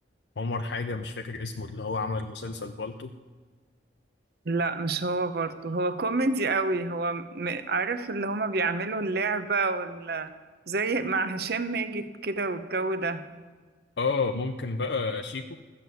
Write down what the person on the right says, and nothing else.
لا مش هو برضه هو كوميدي قوي هو م... عارف اللي هما بيعملوا اللعبة وال... زي مع هشام ماجد كده والجو ده